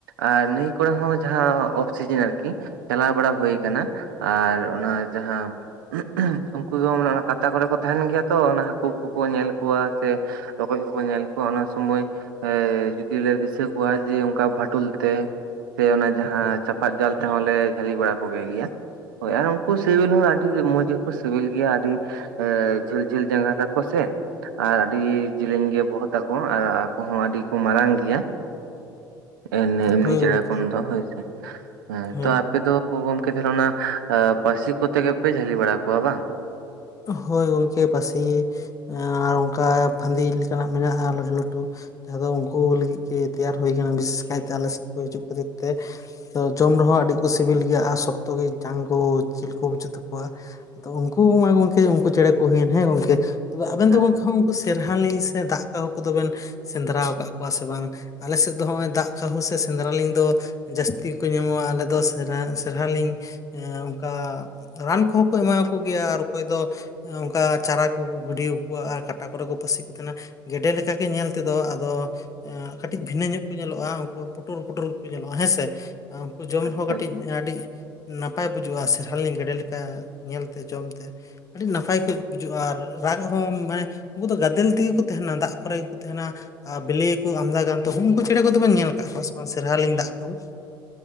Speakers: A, on the right (about 75°); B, on the left (about 30°).
A: ᱟᱨ ᱱᱟᱹᱭ ᱠᱚᱨᱮ ᱦᱚᱸ ᱡᱟᱦᱟᱸ ᱚᱯᱷᱥᱤᱡᱮᱱ ᱟᱹᱨᱠᱤ᱾ ᱪᱟᱞᱟᱣ ᱵᱟᱲᱟ ᱦᱩᱭ ᱠᱟᱱᱟ ᱟᱨ ᱚᱱᱟ ᱡᱟᱦᱟᱸ ᱩᱱᱠᱩ ᱫᱚ ᱢᱟᱱᱮ ᱚᱱᱟ ᱠᱟᱛᱟ ᱠᱚᱨᱮ ᱠᱚ ᱛᱟᱦᱮᱱ ᱜᱮᱭᱟ ᱛᱚ᱾ ᱚᱱᱟ ᱦᱟᱹᱠᱩ ᱠᱚᱠᱚ ᱧᱮᱞ ᱠᱚᱣᱟ ᱥᱮ᱾ ᱨᱚᱠᱚᱡ ᱠᱚᱠᱚ ᱧᱮᱞ ᱠᱚᱣᱟ᱾ ᱚᱱᱟ ᱥᱚᱢᱚᱭ ᱮ ᱡᱩᱫᱤ ᱞᱮ ᱫᱤᱥᱟᱹ ᱠᱚᱣᱟ ᱡᱮ ᱚᱱᱠᱟ ᱵᱷᱟᱴᱳᱞ ᱛᱮ ᱥᱮ ᱚᱱᱟ ᱡᱟᱦᱟᱸ ᱪᱟᱯᱟᱫ ᱡᱟᱞ ᱛᱮᱦᱚᱸ ᱞᱮ ᱡᱷᱟᱹᱞᱤ ᱵᱟᱲᱟ ᱠᱚᱜᱮ ᱜᱮᱭᱟ᱾ ᱦᱳᱭ ᱟᱨ ᱩᱱᱠᱩ ᱥᱤᱵᱤᱞ ᱦᱚᱸ ᱟᱹᱰᱤ ᱢᱚᱸᱡᱽ ᱜᱮᱠᱚ ᱥᱤᱵᱤᱞ ᱜᱮᱭᱟ᱾ ᱟᱹᱰᱤ ᱮ ᱡᱷᱟᱹᱞ ᱡᱷᱟᱹᱞ ᱡᱟᱸᱜᱟ ᱛᱟᱠᱚ ᱥᱮ ᱟᱨ ᱟᱹᱰᱤ ᱡᱮᱞᱮᱧ ᱜᱮ ᱵᱚᱦᱚᱜ ᱟᱠᱚ ᱟᱨ ᱟᱠᱚ ᱦᱚᱸ ᱟᱹᱰᱤ ᱠᱚ ᱢᱟᱨᱟᱝ ᱜᱮᱭᱟ᱾ ᱮᱢᱱᱤ
B: ᱦᱳᱭ
A: ᱪᱮᱸᱬᱮ
B: ᱜᱚᱝᱠᱮ
A: ᱠᱷᱚᱱ ᱫᱚ ᱦᱚᱭ ᱥᱮ ᱦᱮᱸ,
B: ᱦᱮᱸ
A: ᱟᱯᱮ ᱫᱚ? ᱜᱚᱝᱠᱮ ᱛᱟᱦᱞᱮ ᱚᱱᱟ ᱯᱟᱹᱥᱤ ᱠᱚᱛᱮ ᱜᱮ ᱯᱮ ᱡᱷᱟᱹᱞᱤ ᱵᱟᱲᱟ ᱠᱚᱣᱟ ᱵᱟᱝ?
B: ᱦᱳᱭ ᱜᱚᱝᱠᱮ ᱯᱟᱹᱥᱤ ᱟᱨ ᱚᱱᱠᱟ ᱯᱷᱟᱸᱫᱤ ᱞᱮᱠᱟᱱᱟᱜ ᱢᱮᱱᱟᱜᱼᱟ, ᱞᱟᱹᱴᱩ ᱞᱟᱹᱴᱩ ᱡᱟᱦᱟᱸ ᱫᱚ ᱩᱱᱠᱩ ᱞᱟᱹᱜᱤᱫ ᱜᱮ ᱛᱮᱭᱟᱨ ᱦᱩᱭ ᱠᱟᱱᱟ᱾ ᱵᱤᱥᱮᱥ ᱠᱟᱭᱛᱮ ᱟᱞᱮ ᱥᱮᱫ ᱠᱚ ᱦᱤᱡᱩᱜ ᱠᱷᱟᱹᱛᱤᱨ ᱛᱮ᱾ ᱡᱚᱢ ᱨᱮᱦᱚᱸ ᱟᱹᱰᱤ ᱠᱚ ᱥᱤᱵᱤᱞ ᱜᱮᱭᱟ ᱟᱨ ᱥᱚᱠᱛᱚ ᱜᱮ ᱡᱟᱝ ᱠᱚ ᱡᱤᱞ ᱠᱚ ᱵᱩᱡᱷᱟᱹᱜ ᱛᱟᱠᱚᱣᱟ᱾ ᱟᱫᱚ ᱩᱱᱠᱩ ᱢᱟ ᱜᱚᱝᱠᱮ ᱩᱱᱠᱩ ᱪᱮᱬᱮ ᱠᱚ ᱦᱩᱭᱮᱱ ᱦᱮᱸ ᱜᱚᱝᱠᱮ, ᱛᱚᱵᱮ ᱟᱵᱮᱱ
A: ᱦᱮᱸ
B: ᱫᱚ ᱜᱚᱝᱠᱮ
A: ᱦᱮᱸ
B: ᱦᱚᱸ ᱩᱱᱠᱩ ᱥᱮᱨᱦᱟ ᱞᱤᱧᱴ ᱥᱮ ᱫᱟᱜ ᱠᱟᱦᱩᱸ ᱠᱚᱫᱚ ᱵᱮᱱ ᱥᱮᱸᱫᱽᱨᱟ ᱠᱟᱫ ᱠᱚᱣᱟ ᱥᱮ ᱵᱟᱝ᱾ ᱟᱞᱮ ᱥᱮᱫ ᱫᱚ ᱱᱚᱜᱼᱚᱭ ᱫᱟᱜ ᱠᱟᱹᱦᱩ ᱥᱮ ᱥᱮᱸᱫᱽᱨᱟ ᱞᱤᱧ ᱫᱚ ᱡᱟᱹᱥᱛᱤ ᱠᱚ ᱧᱟᱢᱚᱜᱼᱟ᱾ ᱟᱞᱮ ᱫᱚ ᱥᱮᱨᱟᱞᱤ ᱥᱮᱨᱟᱞᱤ ᱦᱮᱸ ᱚᱱᱠᱟ ᱨᱟᱱ ᱠᱚᱦᱚᱸ ᱠᱚ ᱮᱢᱟ ᱠᱚ ᱜᱮᱭᱟ ᱟᱨ ᱚᱠᱚᱭ ᱫᱚ ᱚᱱᱠᱟ ᱪᱟᱨᱟ ᱠᱚ ᱠᱚ ᱜᱤᱰᱤ ᱟᱠᱚᱣᱟ ᱟᱨ ᱠᱟᱴᱟ ᱠᱚᱨᱮ ᱠᱚ ᱯᱟᱹᱥᱤ ᱠᱚ ᱛᱟᱦᱮᱸᱱᱟ᱾ ᱜᱮᱰᱮ ᱞᱮᱠᱟ ᱜᱮ ᱧᱮᱞ ᱛᱮᱫᱚ ᱟᱫᱚ ᱮᱸ ᱠᱟᱹᱴᱤᱡ ᱵᱷᱤᱱᱟᱹ ᱧᱚᱜ ᱠᱚ ᱧᱮᱞᱚᱜᱼᱟ᱾ ᱩᱱᱠᱩ ᱯᱩᱴᱩᱨ ᱯᱩᱴᱩᱨ ᱠᱚ ᱧᱮᱞᱚᱜᱼᱟ ᱦᱮᱸᱥᱮ᱾ ᱡᱚᱢ
A: ᱟᱪᱪᱷᱟ
B: ᱨᱮᱦᱚᱸ ᱠᱟᱹᱴᱤᱡ,
A: ᱟᱪᱪᱷᱟ
B: ᱟᱹᱰᱤ ᱱᱟᱯᱟᱭ ᱵᱩᱡᱩᱜᱼᱟ᱾ ᱥᱮᱨᱟᱞᱤ ᱜᱮᱰᱮ ᱞᱮᱠᱟ ᱧᱮᱞ ᱛᱮ, ᱡᱚᱢ ᱛᱮ᱾ ᱟᱹᱰᱤ ᱱᱟᱯᱟᱭ ᱠᱚᱡ ᱵᱩᱡᱩᱜᱼᱟ ᱟᱨ ᱨᱟᱜ ᱦᱚᱸ ᱢᱟᱱᱮ ᱩᱱᱠᱩ ᱫᱚ ᱜᱟᱫᱮᱞ ᱛᱮᱜᱮ ᱠᱚ ᱛᱟᱦᱮᱱᱟ, ᱫᱟᱜ ᱠᱚᱨᱮ ᱜᱮᱠᱚ ᱛᱟᱦᱮᱱᱟ᱾ ᱟᱨ ᱵᱤᱞᱤ ᱠᱚ ᱟᱢᱫᱟ ᱜᱟᱱ ᱛᱚ ᱩᱱᱠᱩ ᱪᱮᱬᱮ ᱠᱚᱫᱚᱵᱚᱱ ᱧᱮᱞ ᱟᱠᱟᱫ ᱠᱚᱣᱟ ᱥᱮ᱾ ᱥᱮᱨᱦᱟᱞᱤᱝ ᱫᱟᱜ ᱠᱟᱸᱦᱩ